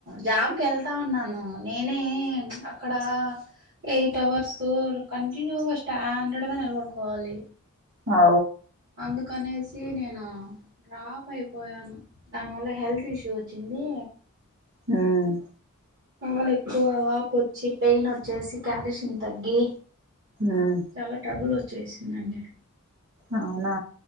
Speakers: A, on the right (about 50°); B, on the right (about 85°).
A: జాబ్కెళ్తా ఉన్నాను నేనే అక్కడ ఎయిట్ అవర్సు కంటిన్యూ గా స్టాండర్డ్ గా నిలబడుకోవాలి
B: ఔ
A: అందుకనేసి నేను డ్రాప్ అయిపోయాను దానివల్ల హెల్త్ ఇష్యూ వచ్చింది
B: మ్మ్
A: కాలెక్కువ వాపొచ్చి పెయిన్ వచ్చేసి క్యాలిషన్ తగ్గి
B: ఉమ్
A: చాలా ట్రబుల్ వచ్చేసిందండి
B: అవునా